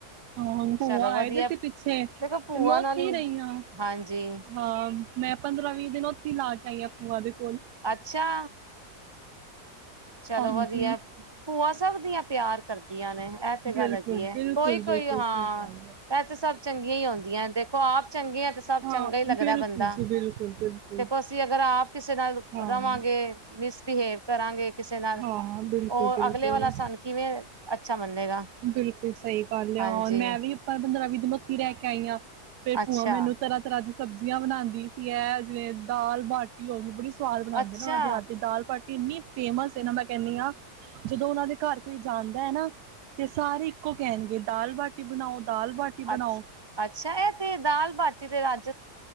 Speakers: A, on the right; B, on the right.
A: ਹਾਂ ਭੂਆ
B: ਚਲੋ
A: ਆਏ
B: ਵਧੀਆ
A: ਦੇ ਸੀ। ਪਿੱਛੇ
B: ਦੇਖੋ ਭੂਆ
A: ਤੇ ਮੈਂ
B: ਨਾਲ
A: ਉਥੀ
B: ਹੀ
A: ਰਹੀ ਆਂ
B: ਹਾਂਜੀ
A: ਹਾਂ ਮੈਂ ਪੰਦਰਾਂ ਵੀਹ ਦਿਨ ਉੱਥੇ ਲਾ ਕੇ ਆਈ ਹਾਂ ਭੂਆਂ ਦੇ ਕੋਲ
B: ਅੱਛਾ ਚਲੋ
A: ਹਾਂਜੀ
B: ਵਧੀਆ ਭੂਆ ਸਭ ਦੀਆਂ ਪਿਆਰ ਕਰਦੀਆਂ ਨੇ ਇਹ ਤੇ
A: ਬਿਲਕੁਲ
B: ਗੱਲ ਹੈਗੀ ਹੈ
A: ਬਿਲਕੁਲ
B: ਕੋਈ-ਕੋਈ
A: ਬਿਲਕੁਲ
B: ਹਾਂ
A: ਸਹੀ ਗੱਲ ਹੈ
B: ਇਹ ਤੇ ਸਭ ਚੰਗੀਆਂ ਹੀ ਹੋਉਂਦੀਆਂ ਦੇਖੋ ਆਪ ਚੰਗੀਆਂ ਤੇ ਸਭ
A: ਹਾਂ
B: ਚੰਗਾ ਹੀ ਲੱਗਦਾ।
A: ਬਿਲਕੁਲ
B: ਬੰਦਾ
A: ਜੀ ਬਿਲਕੁਲ ਬਿਲਕੁਲ
B: ਦੇਖੋ ਅਸੀਂ ਅਗਰ ਆਪ ਕਿਸੇ ਨਾਲ
A: ਹਾਂ
B: ਰਵਾਂਗੇ ਮਿਸਬਿਹੇਵ ਕਰਾਂਗੇ। ਕਿਸੇ ਨਾਲ
A: ਹਾਂ ਬਿਲਕੁਲ
B: ਉਹ
A: ਬਿਲਕੁਲ
B: ਅਗਲੇ ਵਾਲਾ ਸਨ ਕਿਵੇਂ। ਅੱਛਾ ਮੰਨੇਗਾ
A: ਬਿਲਕੁਲ ਸਹੀ ਗੱਲ
B: ਹਾਂਜੀ
A: ਆ। ਮੈਂ ਵੀ ਆਪਾਂ ਪੰਦਰਾਂ ਵੀਹ ਮਤੀ ਰਹਿ ਕੇ ਆਈਂ ਹਾਂ। ਫੇਰ
B: ਅੱਛਾ
A: ਭੂਆ ਮੈਨੂੰ ਤਰ੍ਹਾਂ-ਤਰ੍ਹਾਂ ਦੀ ਸਬਜ਼ੀਆਂ ਬਣਾਉਂਦੀ ਸੀ। ਹੈ ਜਿਵੇਂ ਦਾਲ ਬਾਟੀ ਹੋ ਗਈ ਬੜੀ ਸਵਾਦ ਬਣਾਉਂਦੇ
B: ਅੱਛਾ
A: ਨਾ ਉਹਨਾਂ ਦੇ ਹੱਥ ਦਾਲ ਭਾਟੀ ਕਿੰਨੀ ਫੇਮਸ ਹੈ ਨਾ ਮੈਂ ਕਹਿੰਦੀ ਹਾਂ ਜਦੋਂ ਉਹਨਾਂ ਦੇ ਘਰ ਕੋਈ ਜਾਂਦਾ ਹੈ। ਨਾ ਤੇ ਸਾਰੇ ਇੱਕੋ ਕਹਿਣਗੇ ਦਾਲ ਬਾਟੀ ਬਣਾਓ। ਦਾਲ ਬਾਟੀ
B: ਅੱ-ਅੱਛਾ
A: ਬਣਾਓ
B: ਇਹ ਤੇ ਦਾਲ ਬਾਟੀ ਤੇ ਰਾਜ